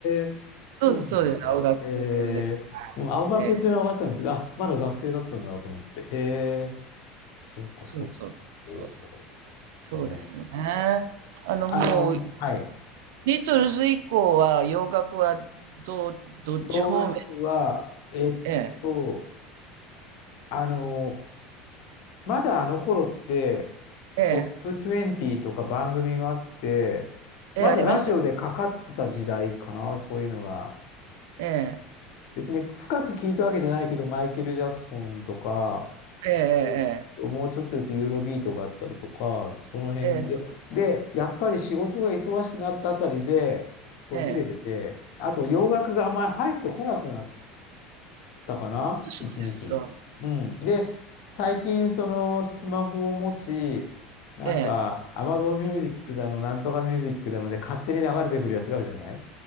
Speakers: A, on the left; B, on the right.
A: え、
B: そうです、
A: そうなんだ。
B: そうです。青学で。
A: へえ、うん、青学っていうのは分かってたんですけど、
B: ええ、
A: あ、まだ学生だったんだと思って。へえ、そうか、
B: そうそうそう。
A: そうか。お
B: そうですね。
A: ーねえ。
B: あの、
A: あの、
B: もう、
A: はい。
B: ビートルズ以降は洋楽はど、どっち方面
A: 洋楽は、えっと、
B: ええ、
A: あの、まだあの頃って、
B: ええ、
A: トップ20とか番組があって、
B: ええ、
A: まだラジオでかかってた時代かな、
B: ありました。
A: そういうのが。
B: ええ、
A: 別に深く聞いたわけじゃないけど、マイケル・ジャクソンとか、
B: ええ
A: えっともうちょっと言うとユーロビートがあったりとか、その辺で、
B: ええええ、
A: で、やっぱり仕事が忙しくなったあたりで途切れてて、
B: ええ、
A: あと洋楽があんまり入ってこなくなったかな、
B: そうですええ、
A: 一時期。
B: そうですか。
A: うん。で、最近そのスマホを持ち、なんか
B: ええ、
A: Amazon ミュージックだの、なんとかミュージックだので勝手に流れてくるやつがあるじゃない